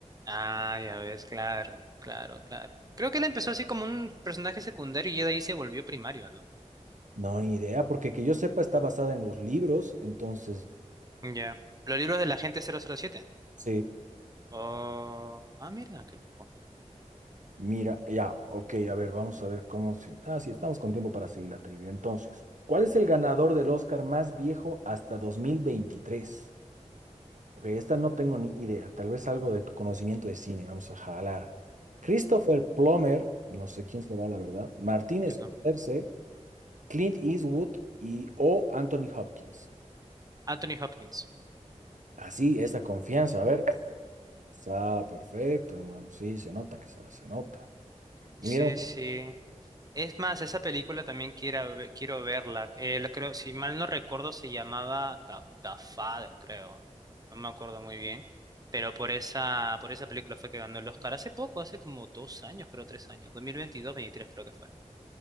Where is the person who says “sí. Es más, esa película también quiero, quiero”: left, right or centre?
Right